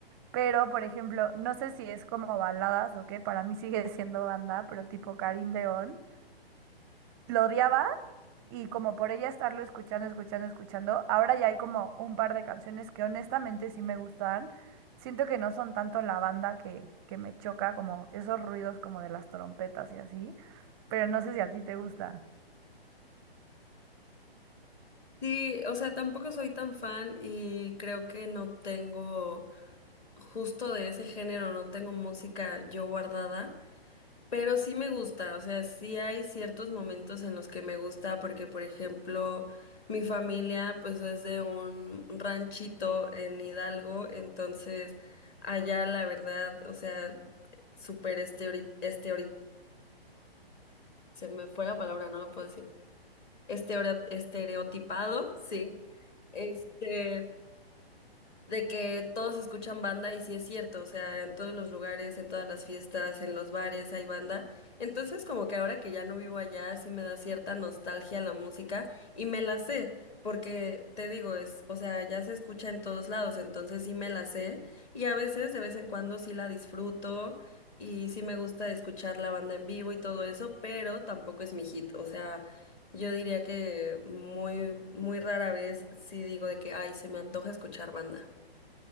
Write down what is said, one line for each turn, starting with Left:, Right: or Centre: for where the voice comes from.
Right: Pero, por ejemplo, no sé si es como baladas o qué, para mí sigue <laughs> siendo banda, pero tipo Karin León lo odiaba y como por ella estarlo escuchando, escuchando, escuchando, ahora ya hay como un par de canciones que honestamente sí me gustan. Siento que no son tanto la banda que, que me choca, como esos ruidos como de las trompetas y así, pero no sé si a ti te gusta.
Left: Sí, o sea, tampoco soy tan fan y creo que no tengo justo de ese género, no tengo música yo guardada, pero sí me gusta, o sea, sí hay ciertos momentos en los que me gusta porque, por ejemplo, mi familia pues es de un ranchito en Hidalgo, entonces allá la verdad, o sea, súper este este se me fue la palabra, no lo puedo decir estereo- estereotipado, sí. Este, de que todos escuchan banda y sí es cierto, o sea, en todos los lugares, en todas las fiestas, en los bares hay banda. Entonces, como que ahora que ya no vivo allá, sí me da cierta nostalgia la música y me la sé, porque te digo, es, o sea, ya se escucha en todos lados, entonces sí me la sé y a veces, de vez en cuando sí la disfruto y sí me gusta escuchar la banda en vivo y todo eso, pero tampoco es mi hit, o sea, yo diría que muy, muy rara vez sí digo de que, ay, se me antoja escuchar banda.